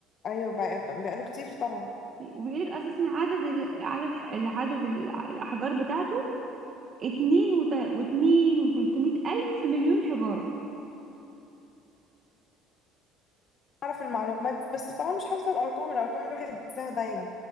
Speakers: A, on the left; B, on the right.
A: ايوه بقى- بقاله كتير طبعا
B: وبيقول لك اساسا عدد ال- عدد العدد ال- الاحجار بتاعته اتنين وت- واتنين وتلتمية الف مليون حجارة
A: اعرف المعلومات دي بس طبعا مش حافظه الارقام الارقام الواحد بينساها دايما